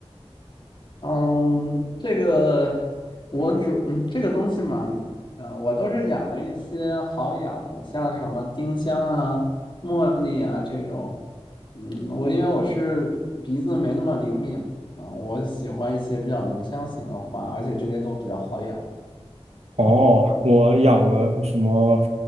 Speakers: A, on the left; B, on the right.
A: 嗯，这个我主嗯这个东西嘛，呃，我都是养了一些好养的，像什么丁香啊、茉莉啊这种。嗯，我因为我是鼻子没那么灵敏嘛，我喜欢一些比较浓香型的花，而且这些都比较好养。
B: 哦，我养了什么